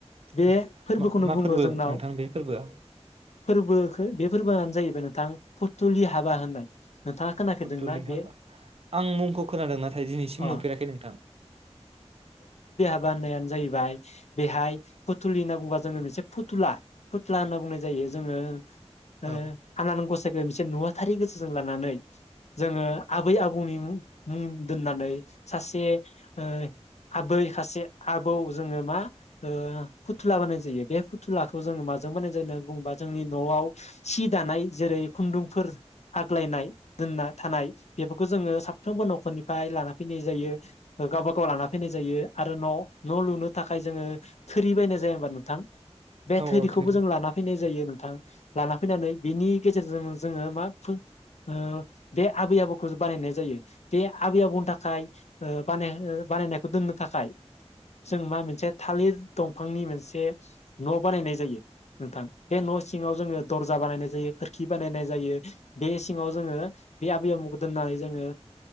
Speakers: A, on the left (about 75°); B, on the right (about 60°).
A: बे
B: आदसा
A: फोरबोखौनो
B: मा मा
A: बुङो
B: फोरबो
A: जोंनाव
B: नोंथां बे फोरबोआ
A: फोरबोखो बे फोरबोआनो जाहैबाय नोंथां फुथुलि हाबा होननाय नोंथाङा खोनाफेरदोंना
B: फुथुलि हाबा
A: बे
B: आं मुंखौ खोनादों नाथाय दिनैसिम
A: अ
B: नुफेराखै नोंथां
A: बानायानो जायो बेहाय फुथुलि होनना बुंबा जोङो मोनसे फुथुला फुथुला होनना बुंनाय जायो जोङो ओ
B: औ
A: आनान गसाइ मोनसे नुवाथारि गोसोजों लानानै जोङो आबै आबौनि मुं मुं दोननानै सासे ओ आबै सासे आबौ जोङो मा ओ फुथुला बानायनाय जायो बे फुथुलाखौ जोङो माजों बानायनाय जायो होननानै बुङोबा जोंनि न'आव सि दानाय जेरै खुन्दुंफोर आग्लायनाय दोनना थानाय बेफोरखौ जोङो साफ्रोमबो न'खरनि <unintelligible> लाना फैनाय जायो गावबा गाव लाना फैनाय जायो आरो न' न' लुनो थाखाय जोङो थोरि बायनाय जाया होनबा नोंथां। बे
B: औ
A: थोरिखौबो
B: औ थोरि
A: जों लाना फैनाय जायो नोंथां लाना फैनानै बेनि गेजेरजों जोङो मा ओ बे आबै आबौखौ बानायनाय जायो बे आबै आबौनि थाखाय बानाय बानायनायखौ दोननो थाखाय जों मा मोनसे थालिर दंफांनि मोनसे न' बानायनाय जायो नोंथां बे न' सिङाव जोङो दरजा बानायनाय जायो खोरखि बानायनाय जायो बे सिङाव जोङो बे आबै आबौखौ दोननानै जोङो